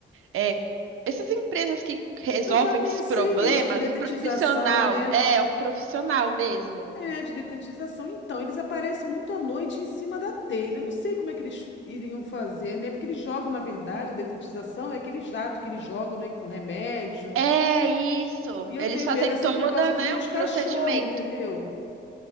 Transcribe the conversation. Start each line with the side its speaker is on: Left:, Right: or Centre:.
Right: é, essas empresas que resolvem
Left: Eu já pensei
Right: esses problemas,
Left: nisso de detetização,
Right: o profissional,
Left: né?
Right: é um profissional mesmo.
Left: É, de detetização. Então, eles aparecem muito à noite em cima da telha. Eu não sei como é que eles iriam fazer, né? Porque eles jogam, na verdade, a detetização é aquele jato que eles jogam, né, com remédio.
Right: É isso.
Left: E eu
Right: Eles
Left: tenho
Right: fazem
Left: medo, assim,
Right: toda,
Left: por causa dos
Right: né,
Left: meus
Right: um
Left: cachorros,
Right: procedimento.
Left: entendeu?